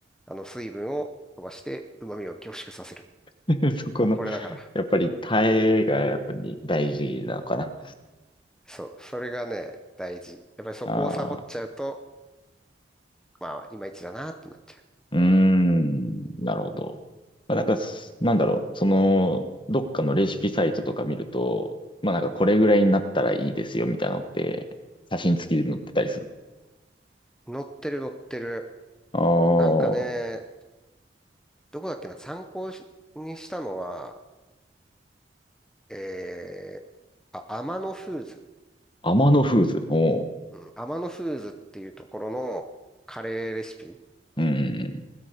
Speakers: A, in the centre; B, on the left (about 30°).
A: あの水分を飛ばして旨味を凝縮させる。
B: <laughs> そこの、
A: もうこれだから。
B: やっぱりタレがやっぱり大事なのかな。
A: そう、それがね、大事。やっぱりそこをサボっちゃうと、
B: ああ。
A: まあいまいちだなってなっちゃ
B: うーん、なるほど。まあ、なんかす、なんだろう、その、どっかのレシピサイトとか見ると、まあなんかこれぐらいになったらいいですよみたいなのって、写真付きで載ってたりする。
A: う。乗ってる乗ってる。
B: あ
A: なんかね、どこだっけな、参考しにしたのは、えー、あ、アマノフーズ。
B: あ、天野フーズ。おう。
A: うん、アマノフーズっていうところのカレーレシピ
B: うん。